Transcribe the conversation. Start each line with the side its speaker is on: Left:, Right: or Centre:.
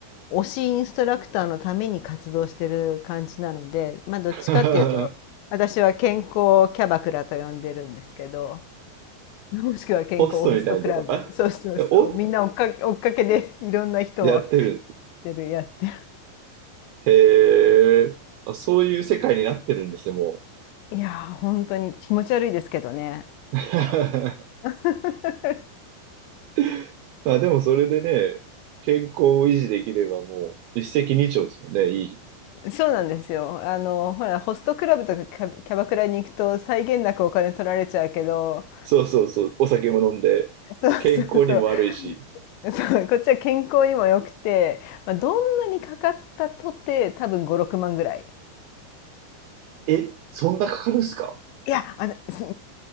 Left: 推しインストラクターのために活動してる感じなのでまあどっちかっていうと私は健康キャバクラと呼んでるんですけど
Right: <laughs>
Left: もしくは健康ホストクラブそうそうそうみんな追っかけ追っかけでいろんな人をやっ
Right: ポストみたいなところ、あ、えお、やってるんです。
Left: てるやってる
Right: へえ、あ、そういう世界になってるんですね、も
Left: いやー本当に気持ち悪いですけどね。
Right: う。<laughs>
Left: <laughs>
Right: <laughs> まあでもそれでね、健康を維持できればもう一石二鳥ですもんね、いい。
Left: そうなんですよ。あの、ほら、ホストクラブとかキャキャバクラに行くと際限なくお金取られちゃうけど、
Right: そうそうそう、お酒も飲んで、
Left: そうそうそう
Right: 健康にも悪いし。
Left: そうこっちは健康にも良くて、まあ、どんなにかかったとて多分56万ぐらい
Right: え、そんなかかるんすか
Left: いやあのす